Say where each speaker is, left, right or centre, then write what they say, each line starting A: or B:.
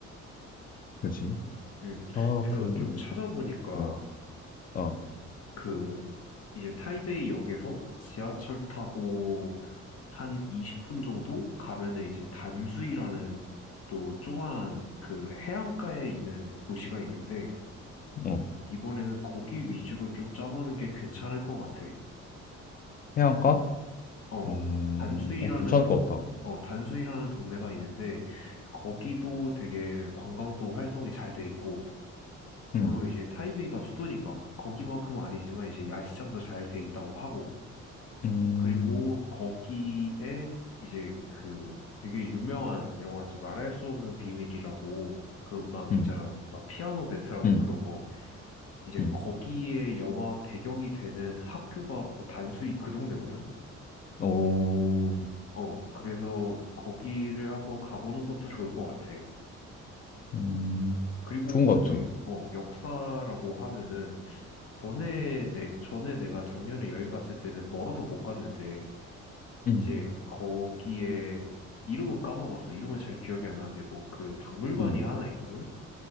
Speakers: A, on the left; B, on the left.
A: 그지?
B: 음.
A: 아,
B: 그래서
A: 그,
B: 좀 찾아보니까
A: 어, 아,
B: 그... 이제 타이베이 역에서 지하철 타고 한 20분 정도 가면은 이제 단수이라는 또 조만한 그 해안가에 있는 도시가 있는데
A: 어,
B: 이번에는 거기 위주로 좀 짜보는 게 괜찮을 것 같아.
A: 해안가?
B: 어,
A: 음,
B: 단수이라는
A: 어, 괜찮을
B: 동,
A: 것 같다.
B: 어, 단수이라는 동네가 있는데 거기도 되게 관광도 활성이 잘 돼 있고 물론
A: 음.
B: 이제 타이베이가 수도니까 거기만큼 아니지만 이제 야시장도 잘 돼 있다고 하고
A: 음,
B: 그리고 거기에 이제 그 되게 유명한 영화지 말할 수 없는 비밀이라고 그 막
A: 음,
B: 있잖아 막 피아노 배트라고
A: 음,
B: 그런 거 이제
A: 음.
B: 거기에 영화 배경이 되는 학교가 그 단수이 그 동네거든.
A: 오,
B: 어 그래서 거기를 한번 가보는 것도 좋을 것 같아.
A: 음,
B: 그리고
A: 좋은 것
B: 저
A: 같아.
B: 어 역사라고 하면은 전에 내가 전에 내가 작년에 여행 갔을 때는 멀어서 못 갔는데
A: 음,
B: 이제 거기에 이름은 까먹었어. 이름은 잘 기억이 안 나는데 뭐 그 박물관이
A: 음,
B: 하나 있거든.